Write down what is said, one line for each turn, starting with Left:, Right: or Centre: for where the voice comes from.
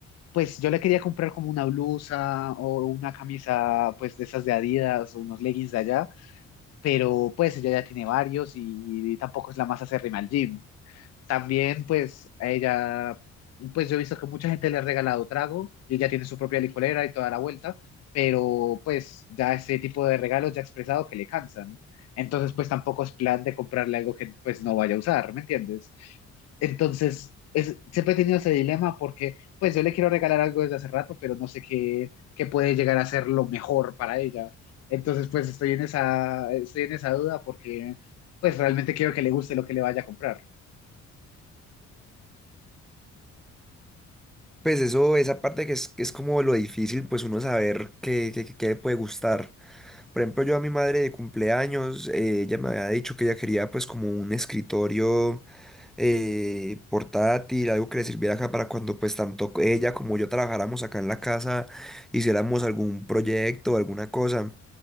Left: pues, yo le quería comprar como una blusa o una camisa, pues, de esas de Adidas o unos leggings de allá. Pero, pues, ella ya tiene varios y, y tampoco es la más acérrima al gym. También, pues, a ella, pues yo he visto que mucha gente le ha regalado trago y ella tiene su propia licorera y toda la vuelta, pero pues ya ese tipo de regalos ya ha expresado que le cansan. Entonces, pues tampoco es plan de comprarle algo que pues no vaya a usar, ¿me entiendes? Entonces, es, siempre he tenido ese dilema porque pues yo le quiero regalar algo desde hace rato, pero no sé qué, qué puede llegar a ser lo mejor para ella. Entonces, pues estoy en esa, estoy en esa duda porque pues realmente quiero que le guste lo que le vaya a comprar.
Centre: Pues eso, esa parte que es, que es como lo difícil, pues uno saber qué, qué- qué- qué le puede gustar. Por ejemplo, yo a mi madre de cumpleaños, eh, ella me había dicho que ella quería pues como un escritorio eh, portátil, algo que le sirviera acá para cuando pues tanto ella como yo trabajáramos acá en la casa, hiciéramos algún proyecto, alguna cosa